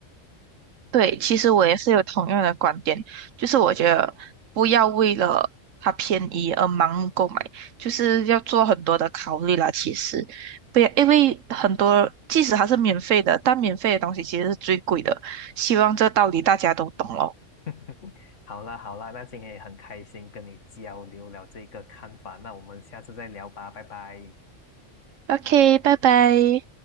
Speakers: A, on the right (about 75°); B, on the left (about 70°).
A: 对，其实我也是有同样的观点，就是我觉得不要为了它便宜而盲目购买，就是要做很多的考虑啦。其实，不要，因为很多即使它是免费的，但免费的东西其实是最贵的。希望这道理大家都懂咯。
B: <laughs> 好啦好啦，那今天也很开心跟你交流了这个看法，那我们下次再聊吧，拜拜。
A: OK，拜拜。